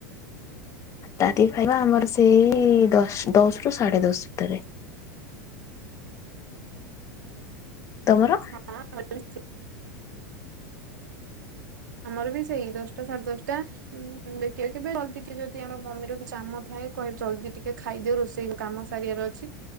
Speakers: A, on the left; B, on the right.
A: ରାତି ଖାଇବା ଆମର ସେଇ ଦଶ ଦଶରୁ ସାଢ଼େ ଦଶ ଇତରେ। ତମର?
B: ହଁ ଆମର ବି ସେଇ। ଆମର ବି ସେଇ ଦଶଟା ସାଢ଼େ ଦଶଟା। ଉଁ ନା କେ କେବେ ଜଲଦି ଟିକେ ଯଦି ଆମ ମମିର କି କାମ ଥାଏ କହେ ଜଲଦି ଟିକେ ଖାଇଦିଅ ରୋଷେଇ ଗ କାମ ସାରିବାର ଅଛି।